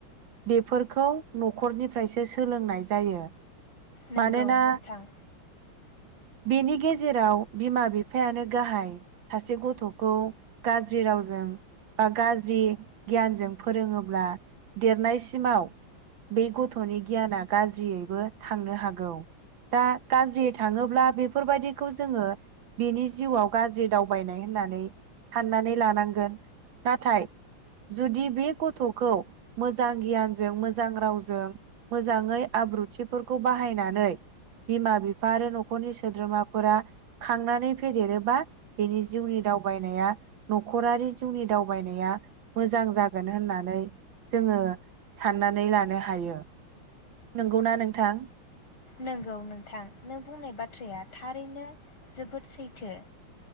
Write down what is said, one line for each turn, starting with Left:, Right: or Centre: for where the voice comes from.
Right: बेफोरखौ न'खरनिफ्रायसो सोलोंनाय जायो।
Left: नंगौ
Right: मानोना
Left: नोंगौ। नोंथां
Right: बेनि गेज जेराव बिमा बिफायानो गाहाय सासे गथ'खौ गाज्रि रावजों बा गाज्रि गियानजों फोरोङोब्ला देरनायसिमाव बे गथ'नि गियाना गाज्रियैबो थांनो हागौ। दा गाज्रि थाङोब्ला बेफोरबायदिखौ जोङो बिनि जिउआव गाज्रि दावबायनाय होननानै साननानै लानांगोन नाथाय जुदि बे गथ'खौ मोजां गियानजों मोजां रावजों मोजाङै आब्रुथिफोरखौ बाहायनानै बिमा बिफा आरो न'खरनि सोद्रोमाफोरा खांनानै फेदेरोबा बेनि जिउनि दावबायनाया न'खरारि जिउनि दावबायनाया मोजां जागोन होननानै जोङो साननानै लानो हायो नंगौना नोंथां?
Left: नोंगौ नोंथां नों बुंनाय बाथ्राया थारैनो जोबोद सैथो।